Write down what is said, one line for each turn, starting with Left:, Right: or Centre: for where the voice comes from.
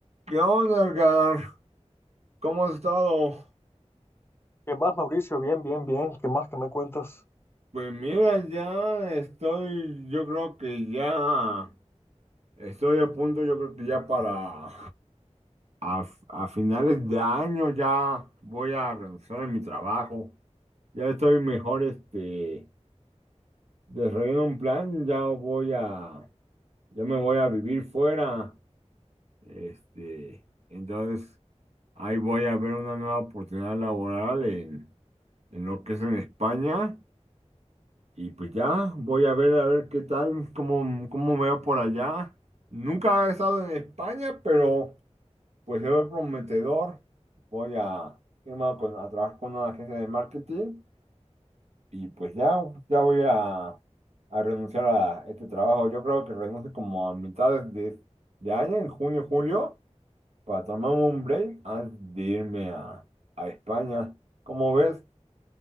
Right: ¿Qué onda, Edgar? ¿Cómo has estado?
Left: ¿Qué más, Mauricio? Bien, bien, bien. ¿Qué más? ¿Qué me cuentas?
Right: Pues mira, ya estoy, yo creo que ya estoy a punto, yo creo que ya para a, a finales de año ya voy a renunciar a mi trabajo. Ya estoy mejor, este, desarrollando un plan, ya voy a, ya me voy a vivir fuera. Este, entonces ahí voy a ver una nueva oportunidad laboral en, en lo que es en España. Y pues ya, voy a ver a ver qué tal, cómo, cómo me veo por allá. Nunca he estado en España, pero pues se ve prometedor. Voy a irme a con, a trabajar con una agencia de marketing y pues ya, ya voy a, a renunciar a este trabajo. Yo creo que renuncio como a mitades de, de año, en junio, julio, para tomarme un break antes de irme a, a España. ¿Cómo ves?